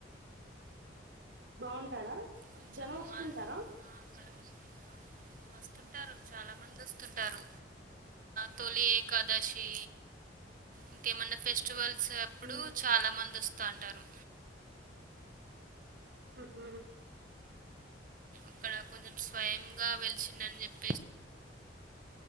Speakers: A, on the right; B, on the right.
A: బాగుంటారా
B: కొంచెం
A: జనం వస్తుంటారా
B: మా ఆ అక్కడ వస్తుంటారు వస్తుంటారు తొలి ఏకాదశి ఇంకేమైన్నా ఫెస్టివల్స్ సో ఎప్పుడు
A: ఉమ్,
B: చాలా మంది వస్తు త అంటారు
A: ఊహూ
B: అక్కడ కొంచెం స్వయంగా వెలిచిందని చెప్పి